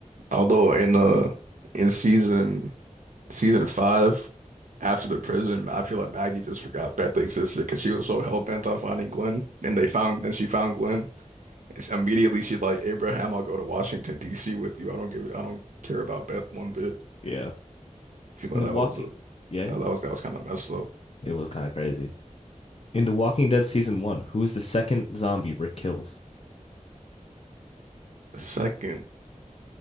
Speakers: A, on the right (about 80°); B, on the left (about 50°).
A: Although in uh in season season five after the prison, I feel like Maggie just forgot Beth existed because she was so hell bent on finding Glenn, and they found then she found Glenn. It's immediately she's like, Abraham, I'll go to Washington, D.C. with you. I don't give I don't care about Beth one bit.
B: Yeah.
A: I feel like
B: In The
A: that
B: Walking.
A: was uh,
B: Yeah,
A: that that was that was kind of messed up.
B: it was kind of crazy. In The Walking Dead season one, who is the second zombie Rick kills?
A: Second,